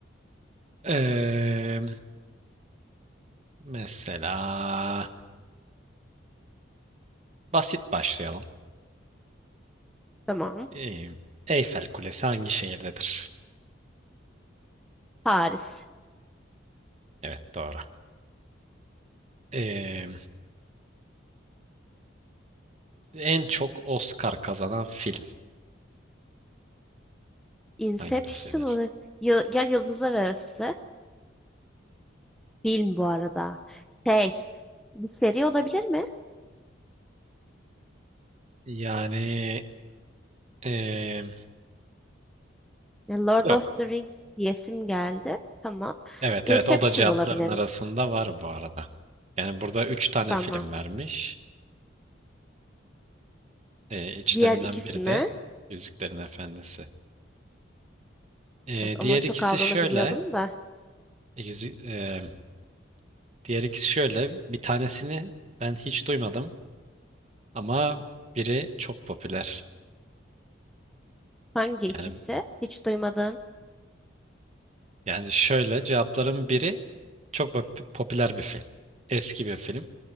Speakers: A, on the right; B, in the centre.
A: Ee, mesela basit başlayalım.
B: Tamam.
A: Ee, Eyfel Kulesi hangi şehirdedir?
B: Paris.
A: Evet doğru. Ee, en çok Oscar kazanan film
B: Inception
A: hangisidir?
B: olabilir. Ya, ya Yıldızlar Arası. Film bu arada. Şey, bir seri olabilir mi?
A: Yani ee,
B: Ya Lord
A: yok.
B: of the Rings diyesim geldi. Tamam.
A: Evet
B: Inception
A: evet o da cevapların
B: olabilirim.
A: arasında var bu arada. Yani burada üç tane
B: Tamam.
A: film vermiş. Ee, içlerinden
B: Diğer ikisine.
A: biri de Yüzüklerin Efendisi. Ee,
B: Evet,
A: diğer
B: onun çok
A: ikisi
B: aldığını
A: şöyle.
B: biliyordum da.
A: Yüzü, e, Diğer ikisi şöyle. Bir tanesini ben hiç duymadım ama biri çok popüler.
B: Hangi ikisi?
A: Yani
B: Hiç duymadın.
A: yani şöyle cevapların biri çok pop- popüler bir film. Eski bir film.